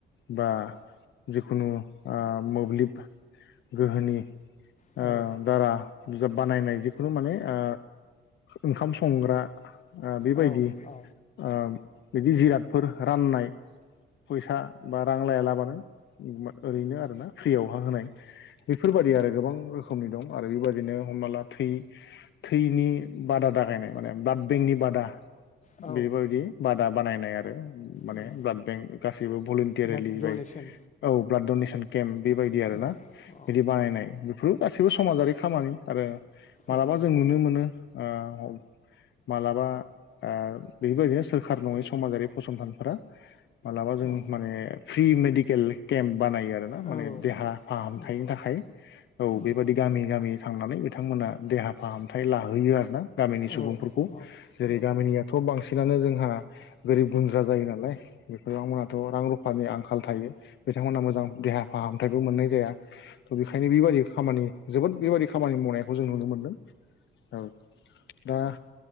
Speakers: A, on the left; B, on the left.
A: बा जिखुनु ओ मोब्लिब गोहोनि
B: औ
A: ओ दारा बिजाब बानायनाय जिखुनु माने ओ ओंखाम संग्रा ओ बेबायदि
B: औ
A: ओ
B: औ
A: बिदि जिरादफोर राननाय फैसा बा रां लायालाबानो ओरैनो आरोना फ्रियावहा होनाय बेफोरबायदि आरो गोबां रोखोमनि दं आरो बेबायदिनो हमना ला थै थैनि बादा दागायनाय माने ब्लाड बेंकनि बादा
B: औ
A: बेबायदि बादा बानायनाय आरो माने
B: औ
A: ब्लाद बेंक गासैबो भलन्टियारिलि
B: ब्लाड डनेसन
A: बाय औ ब्लाड डनेसन केम्प बेबायदि आरो
B: औ
A: ना
B: औ
A: बिदि बानायनाय बेफोरबो गासैबो समाजारि खामानि आरो मालाबा
B: औ
A: जों नुनो मोनो ओ माब्लाबा ओ बेबायदिनो सोरखार नङै समाजारि फसंथानफोरा मालाबा जों
B: औ
A: माने फ्रि मेडिकेल केम्प बानायो आरो ना
B: औ
A: माने देहा
B: औ
A: फाहामथायनि
B: नंगौ
A: थाखाय औ
B: नंगौ
A: बेबायदि गामि गामि थांनानै बिथांमोना देहा फाहामथाय लाहोयो आरो ना गामिनि
B: औ
A: सुबुंफोरखौ
B: औ।
A: जेरै गामिनियाथ' बांसिनानो जोंहा गोरिब गुन्द्रा जायो नालाय <unintelligible> मोनहाथ' रां रुफानि आंखाल थायो। बिथांमोना मोजां देहा फाहामथायबो मोननाय जाया। थ' बेखायनो बेबायदि खामानि जोबोद बेबायदि खामानि मावनायखौ जों नुनो मोनदों। औ दा